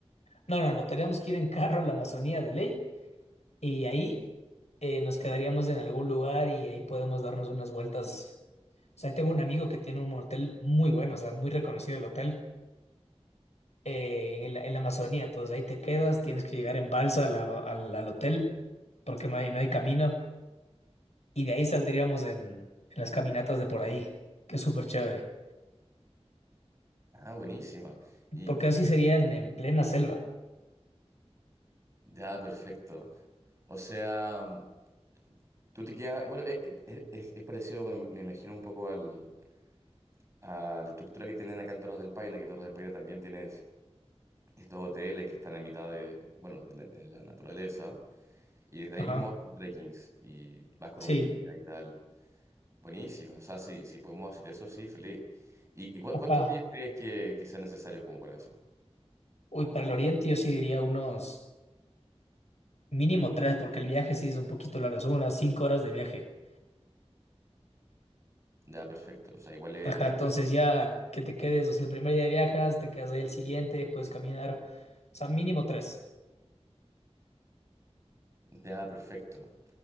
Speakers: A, on the left; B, on the right.
A: No, no, no, tenemos que ir en carro a la Amazonía de ley y ahí eh, nos quedaríamos en algún lugar y ahí podemos darnos unas vueltas. O sea, tengo un amigo que tiene un hotel muy bueno, o sea, muy reconocido el hotel eh, en la, en la Amazonía, entonces ahí te quedas, tienes que llegar en balsa a la- al al hotel porque no hay, no hay camino. Y de ahí saldríamos en, en las caminatas de por ahí, que es súper chévere.
B: Ah, buenísima. Y
A: Porque así serían en plena selva.
B: Ya, perfecto. O sea, mm, tú te quedas. Bueno, eh, eh, eh, es, es parecido, me, me imagino, un poco al, a la estructura que tienen acá en Torres del Paine, que Torres del Paine también tienes estos hoteles que están en mitad de, bueno, de la, de la naturaleza. Y desde
A: Ajá.
B: ahí mismo hacen trekkings y vas con
A: Sí.
B: un guía y tal. Buenísimo. O sea, si, si podemos hacer eso, sí, feliz. ¿Y, y cu-
A: Ajá.
B: cuántos días crees que, que sean necesarios como para eso?
A: Uy, para el oriente yo sí diría unos mínimo tres, porque el viaje sí es un poquito largo, son unas cinco horas de viaje.
B: Ya, perfecto. O sea, igual es.
A: Ajá, entonces
B: es-
A: ya que te quedes, o sea, el primer día viajas, te quedas ahí el siguiente, puedes caminar, o sea, mínimo tres.
B: ya, perfecto.